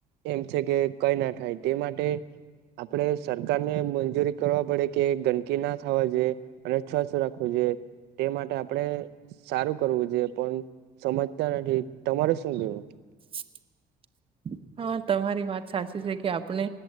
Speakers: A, on the right (about 80°); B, on the right (about 30°).
A: એમ છે કે કઈ ના થાય તે માટે આપડે સરકાર ને મંજૂરી કરવા પડે કે ગંદકી ના થવા જોઈએ અને સ્વચ્છ રાખવું જોઈએ તે માટે આપણે સારું કરવું જોઈએ પણ સમજતા નથી તમારે શું ગયું
B: <inaudible> હા તમારી વાત સાચી છે કે આપણે